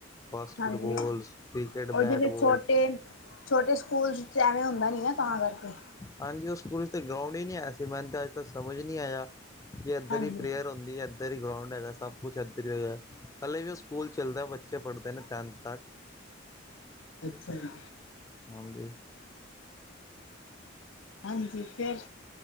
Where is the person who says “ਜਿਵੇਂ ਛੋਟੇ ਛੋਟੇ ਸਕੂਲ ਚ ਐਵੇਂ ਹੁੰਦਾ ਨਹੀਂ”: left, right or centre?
Left